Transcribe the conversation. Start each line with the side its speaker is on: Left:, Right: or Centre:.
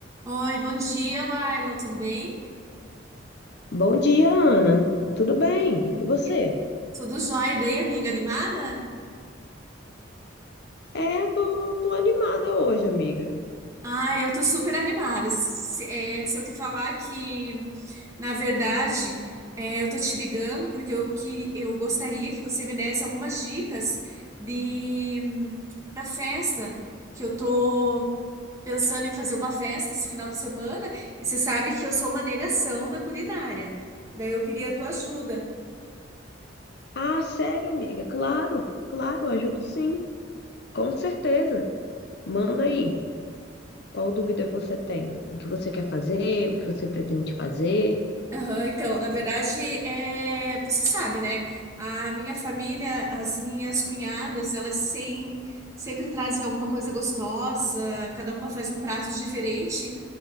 Right: Oi, bom dia, Laila, tudo bem?
Left: Bom dia, Ana. Tudo bem? E você?
Right: E- Tudo jóia, e daí, amiga, animada?
Left: É, tô, tô animada hoje, amiga.
Right: Ai, eu tô super animada. Se, é, se eu te falar que, na verdade, é, eu tô te ligando porque eu, queria, eu gostaria que você me desse algumas dicas de para festa, que eu tô pensando em fazer uma festa esse final de semana e você sabe que eu sou uma negação na culinária. Daí eu queria a tua ajuda.
Left: Ah, sério, amiga? Claro, claro, ajudo sim, com certeza. Manda aí. Qual dúvida você tem? O que você quer fazer? O que você pretende fazer?
Right: Aham, então, na verdade, é, você sabe, né? A minha família, as minhas cunhadas, elas sem- sempre trazem alguma coisa gostosa, cada uma faz um prato diferente.